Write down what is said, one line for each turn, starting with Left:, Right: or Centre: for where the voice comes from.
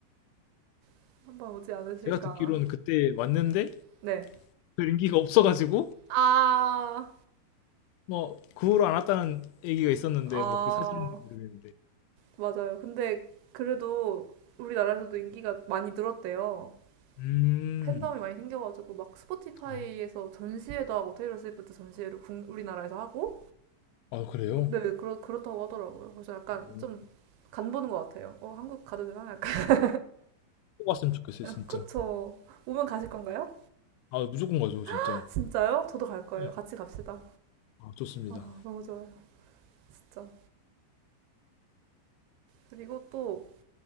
Right: <laughs> 한번 오지 않으실까
Left: 제가 듣기로는 그때 왔는데
Right: 네아
Left: 별 인기가 없어가지고
Right: 아,
Left: 뭐 그 후로 안 왔다는 얘기가 있었는데
Right: 아,
Left: 뭐 그게 사실인지 모르겠는데.
Right: 맞아요 근데 그래도 우리나라에서도 인기가 많이 늘었대요
Left: 음.
Right: 팬덤이 많이 생겨가지고 막 스포티파이에서
Left: 아,
Right: 전시회도 하고 테일러 스위프트 전시회를 국- 우리나라에서 하고
Left: 아, 그래요?
Right: 네, 그렇, 그렇다고 하더라고요. 그래서 약간
Left: 어,
Right: 좀 간보는 것 같아요. 어, 한국 가도 되나? 약간.
Left: 꼭 왔으면 좋겠어요,
Right: <laughs>
Left: 진짜.
Right: 그쵸. 오면 가실 건가요?
Left: 아, 무조건 가죠, 진짜.
Right: <laughs> 진짜요? 저도 갈 거예요.
Left: 네.
Right: 같이 갑시다.
Left: 아, 좋습니다.
Right: 아, 너무 좋아요. 진짜. 그리고 또